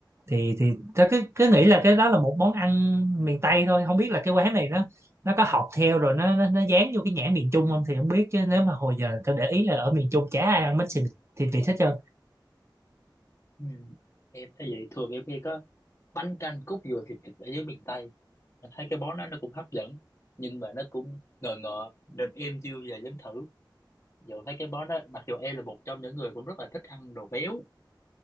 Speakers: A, on the right (about 35°); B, on the left (about 35°).
A: thì thì tớ cứ cứ nghĩ là cái đó là một món ăn miền Tây thôi không biết là cái quán này nó nó có học theo rồi nó nó, nó dán vô cái nhãn miền Trung không thì không biết chứ nếu mà hồi giờ tớ để ý là ở miền Trung chả ai ăn bánh xì thịt vịt hết trơn
B: ừ. em thấy vậy thường em khi có bánh canh cốt dừa thịt vịt ở dưới miền Tây mình thấy cái món đó nó cũng hấp dẫn nhưng mà nó cũng ngờ ngợ nên em chưa bao giờ dám thử dù thấy cái món đó mặc dù em là một trong những người cũng rất là thích ăn đồ béo